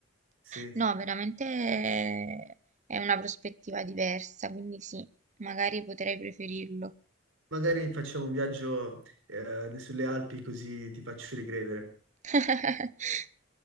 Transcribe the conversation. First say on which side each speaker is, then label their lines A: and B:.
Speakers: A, on the right; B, on the right.
A: Sì.
B: No, veramente eh, è una prospettiva diversa, quindi sì, magari potrei preferirlo.
A: Magari facciamo un viaggio eh, sulle Alpi così ti faccio ricredere.
B: <laughs>